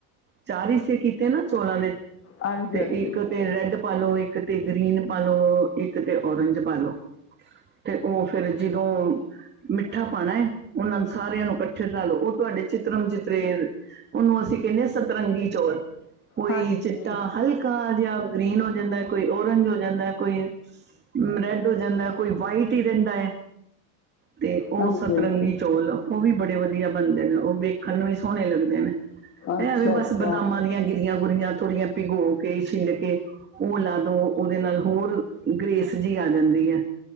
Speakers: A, on the right; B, on the left.
A: ਚਾਰ ਹਿੱਸੇ ਕੀਤੇ ਨਾ ਚੋਲਾਂ ਦੇ
B: ਹਾਂਜੀ
A: ਤੇ ਇੱਕ ਤੇ ਰੈਡ ਪਾਾਲੋ ਇੱਕ ਇੱਕ ਤੇ ਗ੍ਰੀਨ ਪਾ ਲੋ ਇੱਕ ਤੇ ਔਰੰਜ ਪਾ ਲੋ ਤੇ ਉਹ ਫੇਿਰ ਜਦੋਂ ਮਿੱਠਾ ਪਾਉਣਾ ਹੈ ਉਹਨਾਂ ਨੂੰ ਸਾਰਿਆਂ ਨੂੰ ਇਕੱਠੇ ਰਾਹ ਲੋ ਉਹ ਤੁਹਾਡੇ ਚਿਤਰਮ ਚਿਤਰੇ ਉਹਨੂੰ ਅਸੀਂ ਕਹਿੰਦੇ ਹ ਸਤਰੰਗੀ ਚੌਲ। ਕੋਈ
B: ਹਾਂਜੀ
A: ਚਿੱਟਾ ਹਲਕਾ ਜਿਹਾ। ਗ੍ਰੀਨ ਹੋ ਜਾਂਦਾ ਕੋਈ ਓਰੰਜ ਹੋ ਜਾਂਦਾ ਕੋਈ ਰੈਡ ਹੋ ਜਾਂਦਾ ਕੋਈ ਵਾਈਟ ਹੀ ਰਹਿੰਦਾ ਹੈ। ਤੇ ਉਹ
B: ਹਾਂਜੀ
A: ਸਤਰਤਰੰਗੀ
B: ਹਾਂਜੀ
A: ਚੌਲ ਉਹ ਵੀ ਬੜੇ ਬੜੇ ਵਧੀਆ ਬਣਦੇ ਨੇ ਉਹ ਵੇਖਣ ਨੂੰ ਵੀ ਸੋਹਣੇ ਲੱਗਦੇ ਨੇ
B: ਅੱਛਾ
A: ਹੈਵੇਂ ਬੱਸ
B: ਅੱਛਾ
A: ਬਦਾਮਾਂ ਦੀਆਂ ਗ ਆਂ ਗਰੀੀਆਂ ਥੋੜੀਆਂ ਭਿਗੋ ਕੇ ਛਿੱਲ ਕੇ ਉਹ ਲਾ ਦੋ ਉਹਦੇ ਨਾਲ ਹੋਰ ਗ੍ਰੇਸ ਜੀ ਆ ਜਾਂਦੀ ਹੈ।